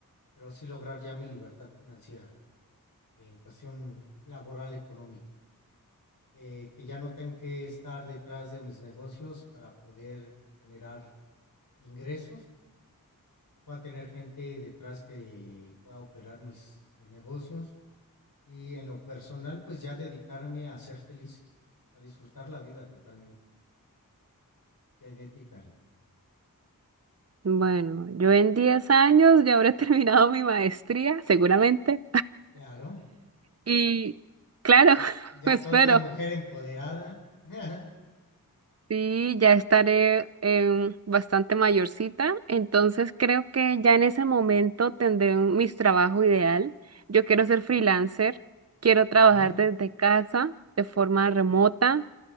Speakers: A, on the left; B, on the right.
A: pero sí lograr ya mi libertad financiera eh, en cuestión laboral económica, eh, que ya no tenga que estar detrás de mis negocios para poder generar ingresos, que pueda tener gente detrás que pueda operar mis eh, negocios y en lo personal pues ya dedicarme a ser feliz, a disfrutar la vida totalmente. ¿Qué hay de ti, Karen?
B: Bueno, yo en 10 años ya habré <laughs> terminado mi maestría, seguramente.
A: Claro,
B: Y claro,
A: ya,
B: <laughs>
A: ya
B: espero.
A: toda una mujer empoderada. <laughs>
B: Sí, ya estaré em, bastante mayorcita, entonces creo que ya en ese momento tendré un- mi trabajo ideal. Yo quiero ser freelancer, quiero
A: Órale,
B: trabajar desde casa, de forma remota.